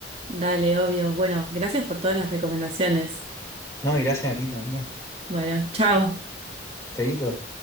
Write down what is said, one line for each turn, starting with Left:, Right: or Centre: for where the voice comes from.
Right: Dale, obvio. Bueno, gracias por todas las recomendaciones.
Left: No, y gracias a ti también.
Right: Bueno, chao.
Left: Chaito.